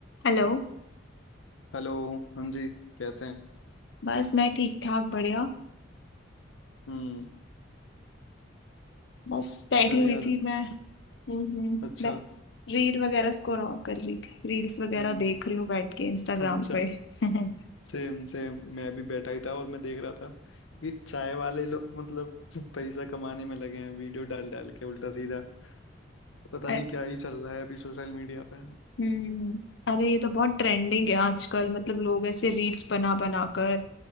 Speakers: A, on the left; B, on the left.
A: Hello
B: Hello हाँ जी कैसे हैं
A: बस मैं ठीक ठाक बढ़िया
B: हम्म
A: बस बैठी
B: अरे
A: हुई
B: यार
A: थी मैं हम्म हम्म,
B: अच्छा
A: मैं रील वगैरह स्क्रॉल ऑन कर रही थी रील्स वगैरह
B: हम्म
A: देख रही हूँ बैठ के इंस्टाग्राम
B: अच्छा
A: पे <laughs> हम्म
B: सेम सेम मैं भी बैठा ही था और मैं देख रहा था कि चाय वाले लोग मतलब <laughs> पैसा कमाने में लगे हैं वीडियो डाल डाल के उल्टा सीधा पता
A: अ-
B: नहीं क्या ही चल रहा है अभी सोशल मीडिया पे
A: हम्म, अरे ये तो बहुत ट्रेंडिंग है आजकल मतलब लोग ऐसे रील्स बना बना कर